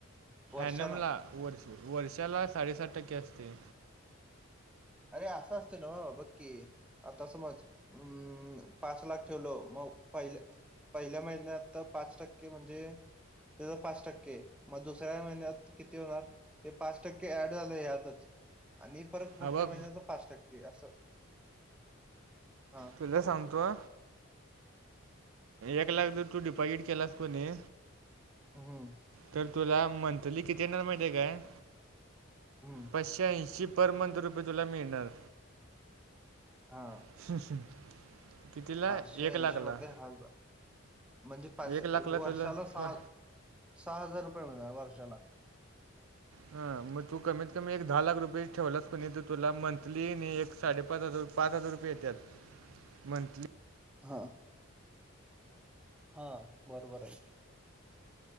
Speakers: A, in the centre; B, on the right (about 80°).
A: वर्षानं
B: एनमला. वर्ष वर्षाला साडेसात टक्के असते.
A: अरे असं असते, नवं बघ की. आता समज हम् पाच लाख ठेवलो मग पहिले. पहिल्या महिन्यात पाच टक्के म्हणजे. त्यांच पाच टक्के मग, दुसऱ्या महिन्यात किती होणार. ते पाच टक्के ऍड झालं यातच, आणि परत पुढच्या
B: हा बघ
A: महिन्याच पाच टक्के असं. हा
B: तुला
A: बोल
B: सांगतो.
A: की
B: एक लाख जर तू डिपॉझिट केलास कणी.
A: हं.
B: तर तुला मंथली किती येणार माहिती आहे काय.
A: हम्म.
B: पाचशे ऐंशी पर मंथ रुपये तुला मिळणार.
A: हा.
B: <inaudible> कितीला
A: पाचशे
B: एक
A: ऐंशी
B: लाखला
A: मध्ये हजार, म्हणजे पाच
B: एक लाखला
A: वर्षाला
B: तुला
A: सहा.
B: प
A: सहा हजार रुपये मिळणार वर्षाला.
B: हा मग तू कमीत कमी एक दहा लाख रुपये ठेवलास कणी, तुला मंथली नी एक. साडे पाच हजार, पाच हजार रुपये येतात मंथली.
A: हां हा बरोबर आहे.